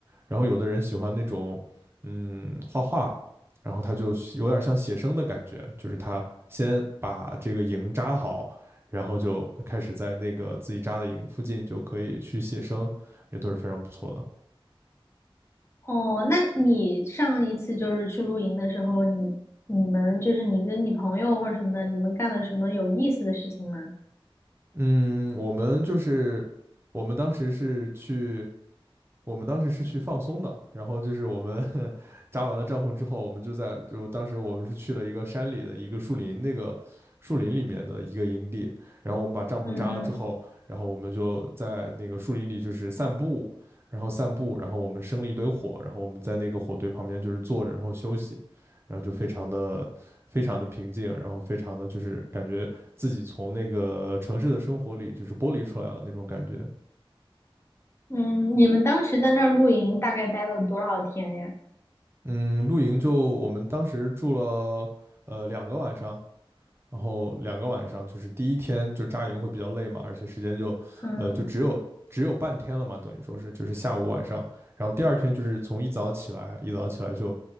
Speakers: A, on the right; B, on the left.
A: 然后有的人喜欢那种嗯画画，然后他就有点像写生的感觉，就是他先把这个营扎好，然后就开始在那个自己扎的营附近就可以去写生，也都是非常不错的。
B: 哦，那你上一次就是去露营的时候，你你们就是你跟你朋友或者什么的，你们干了什么有意思的事情吗？
A: 嗯，我们就是我们当时是去我们当时是去放松的，然后就是我们 <laughs> 扎完了帐篷之后，我们就在就当时我们是去了一个山里的一个树林，那个树林里面的一个营地，然后我们把帐篷扎了之后，
B: 嗯
A: 然后我们就在那个树林里就是散步，然后散步，然后我们生了一堆火，然后我们在那个火堆旁边就是坐着，然后休息，然后就非常的非常的平静，然后非常的就是感觉自己从那个城市的生活里就是剥离出来了那种感觉。
B: 嗯，你们当时在那儿露营大概待了多少天呀？
A: 嗯，露营就我们当时住了呃两个晚上，然后两个晚上就是第一天就扎营会比较累嘛，而且时间就呃就只有只有半天了嘛，
B: 嗯
A: 等于说是就是下午晚上，然后第二天就是从一早起来，一早起来就